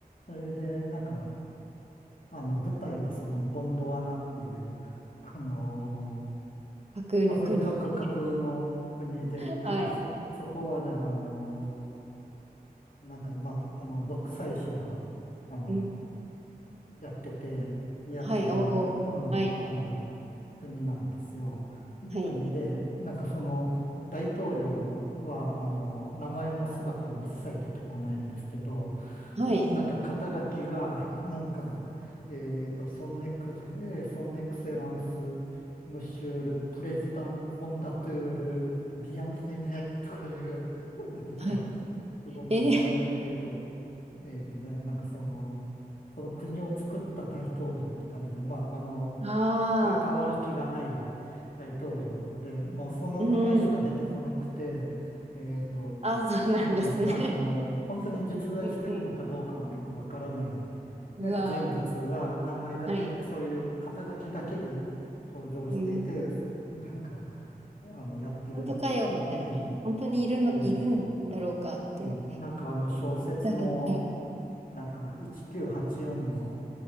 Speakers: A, on the left; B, on the right.
A: それで、なんか、あの、舞台はそのゴンドワナっていう、あのー
B: 架空の国で。
A: アフリカ各国の国で、
B: はい。
A: なんかそ、そこはね、あのーなんか、まあ、あの、独裁者が、あの、
B: うん。
A: やってて、やってる、
B: はい、おお。
A: うん、
B: はい。
A: あの、国なんですよ。で国で、
B: はい。
A: なんかその、大統領のは、あの、名前も姿も一切出てこないんですけど、
B: はい。
A: なんか肩書きが、なんか、えっと、ソンネクゼ、えーソンネクセランス、ムシュール、プレジダン、フォンダトゥール、ビアンエメとかいう、なんか、
B: はい。
A: すごく、
B: え
A: あの、えっと、えっとね、なんかその、その国を作った大統領って感じで、まあ、あの、
B: ー、<laughs> ああ。
A: まあ、変わる気がない大統領で、もうその名前しか出てこなくて、
B: うん。
A: えっと、
B: あ、そうなんですね。
A: うん、あの、本当に実在してるのかどうかもよくわからない、
B: <laughs> うんうん。
A: ね、
B: うわ
A: 人物が名前だけで、
B: ー。はい。
A: そういう肩書きだけで登場していて、
B: うん。
A: なんか、あの、やってるという、
B: 本当かよ、みたいな。本当にいるの、
A: えーえー
B: いるんだろうかって。
A: えーなんかあの小説の、
B: だから、
A: なんか1984の、